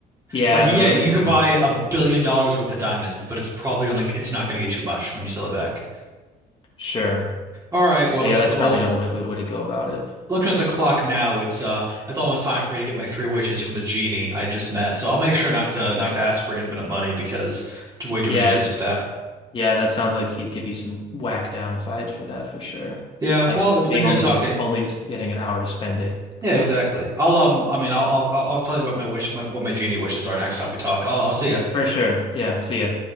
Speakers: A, on the left; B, on the right.
A: yeah
B: Like, yeah,
A: no that
B: you
A: makes
B: can
A: sense.
B: buy a billion dollars worth of diamonds, but it's probably only it's not going to get you much when you sell it back.
A: Sure.
B: All right, well,
A: So yeah,
B: it's
A: that's
B: well,
A: probably not a w- good way to go about it.
B: looking at the clock now, it's uh it's almost time for me to get my three wishes from the genie I just met. So I'll make sure not to not to ask for infinite money because too- way too
A: Yeah,
B: many issues with that.
A: yeah, that sounds like he'd give you some whack downside for that for sure.
B: Yeah,
A: Like
B: well, it's
A: being
B: been good
A: only
B: talking.
A: just only getting an hour to spend it.
B: Yeah,
A: Huh.
B: exactly. I'll um I mean, I'll I'll I'll I'll tell you what my wish my, what my genie wishes are next time we talk. I'll I'll see ya.
A: For sure. Yeah, see ya.